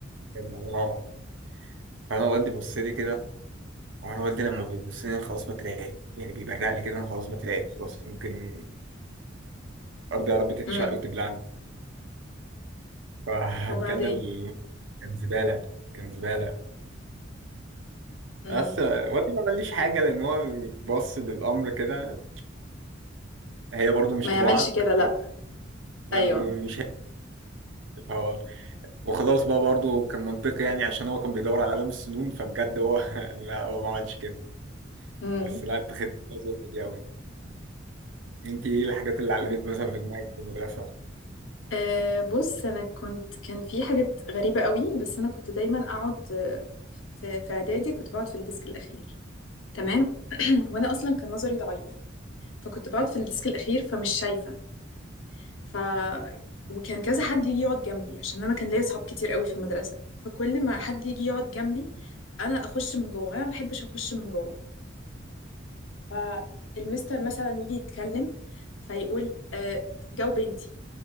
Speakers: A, on the right (about 70°); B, on the left (about 85°).
A: كذا. اه فأنا والدي بص لي كده وأنا والدي لما بيبص لي أنا خلاص بترعب يعني بيبرق لي كده أنا خلاص بترعب خلاص ممكن أرض يا رب تتشق
B: امم
A: وتبلعني <laughs> فكان
B: وبعدين
A: ال... كان زبالة كان زبالة
B: امم
A: بس والدي ما قاليش حاجة لأن هو بص للأمر كده هي برضو مش
B: ما
A: طباعك
B: يعملش كده لا
A: ومش
B: ايوه
A: هي وخلاص بقى برضه كان منطقي يعني عشان هو كان بيدور على قلم السنون فبجد هو <laughs> لا هو ما عملش كده
B: امم
A: بس لا اتخذت الفيصل دي قوي انت ايه الحاجات اللي علمت مثلا في دماغك في المدرسه
B: أه بص انا كنت كان في حاجات غريبه قوي بس انا كنت دايما اقعد آه، في في اعدادي كنت بقعد في الديسك الاخير تمام <clears throat> وانا اصلا كان نظري ضعيف فكنت بقعد في الديسك الاخير فمش شايفه ف وكان كذا حد يجي يقعد جنبي عشان انا كان ليا اصحاب كتير قوي في المدرسه فكل ما حد يجي يقعد جنبي انا اخش من جوه انا ما بحبش اخش من جوه فالمستر مثلا يجي يتكلم فيقول آه، جاوب انتي